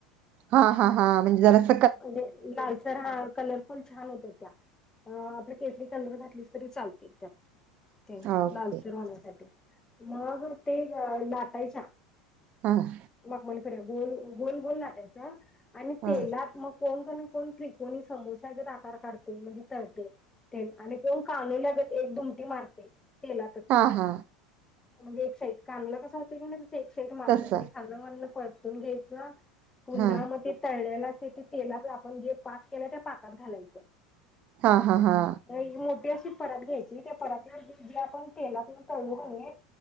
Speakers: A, on the right (about 40°); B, on the left (about 20°).
A: हा-हा-हा, म्हणजे जरास
B: म्हणजे, लालसर हां कलर पण छान होत त्या, अं आपलं केसरी कलर घातलीस, तरी चालते, त्यात. ते,
A: ओके
B: लालसर होऊन येत्या ते, मग ते लाटायच्या
A: हां.
B: मखमली कडे, गोल-गोल-गोल लाटायचा आणि
A: हा
B: तेलात मग कोणक् कोण, त्रिकोणी समोसा गत आकार काढते, म्हणजे तळते. आणि कोण, कावनई लगत, एक दुमटी मारते. तेलातच,
A: हा हा
B: म्हणजे एक साईड, कानुला कसा होतोय गं, <unintelligible> एक साईड मारत
A: तसा
B: <unintelligible> लं म्हणलं परतून घ्यायचं, पुन्हा
A: हा
B: मग ते तळलेल, ते ते तेला जे आपण जे पाक केल त्या पाकात घालायच
A: हां हां हां
B: एक मोठी अशी परात घ्यायची त्या परातीवर जे आपण तेलातुन तळु कानी